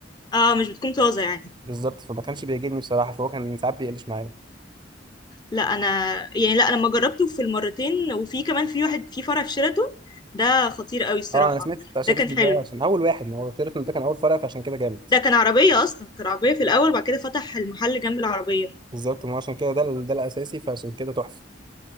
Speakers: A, on the left (about 20°); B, on the right (about 25°).
A: اه مش بتكون طازه يعني
B: بالظبط فما كانش بيعجبني بصراحه فهو كان ساعات بيقلش معايا
A: لا انا يعني لا انا لما جربته في المرتين وفي كمان في واحد في فرع في شيراتون ده خطير قوي الصراحه
B: اه انا سمعت بتاع شيراتون
A: ده كان حلو
B: ده عشان اول واحد ما هو شيراتون ده كان اول فرع فعشان كده جامد
A: ده كان عربية أصلا كان عربية في الأول وبعد كده فتح المحل جنب العربية
B: بالظبط ما عشان كده ده ال- ده الاساسي فعشان كده تحفه